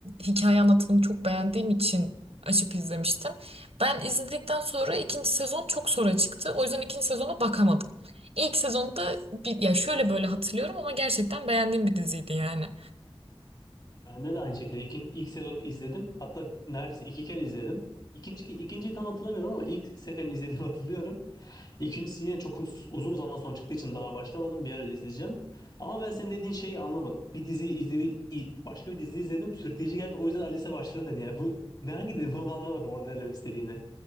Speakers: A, on the right (about 80°); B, on the left (about 45°).
A: hikaye anlatımını çok beğendiğim için açıp izlemiştim. Ben izledikten sonra ikinci sezon çok sonra çıktı. O yüzden ikinci sezona bakamadım. İlk sezonda bir, ya şöyle böyle hatırlıyorum ama gerçekten beğendiğim bir diziydi yani.
B: Ben de, de aynı şekilde ilk, ilk sezonu izledim. Hatta neredeyse iki kere izledim. İkinci, ikinciyi tam hatırlamıyorum ama ilk seferini izlediğimi hatırlıyorum. İkincisi yine çok uz- uzun zaman sonra çıktığı için daha başlamadım. Bir ara izleyeceğim. Ama ben senin dediğin şeyi anlamadım. Bir dizi izledi, i- başka bir dizi izledim. Sürükleyici geldi. O yüzden Alice'e başladım dedi. Yani bu ne hangi dizi onu anlamadım orada ne demek istediğini.